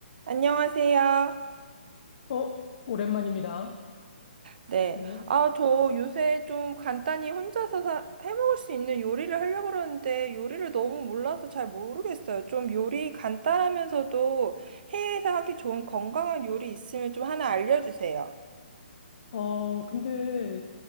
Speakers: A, on the right (about 55°); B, on the left (about 50°).
A: 안녕하세요.
B: 어, 오랜만입니다.
A: 네.
B: 네.
A: 아, 저 요새 좀 간단히 혼자서 사- 해먹을 수 있는 요리를 하려고 그러는데 요리를 너무 몰라서 잘 모르겠어요. 좀 요리 간단하면서도 해외에서 하기 좋은 건강한 요리 있으면 좀 하나 알려주세요.
B: 어, 근데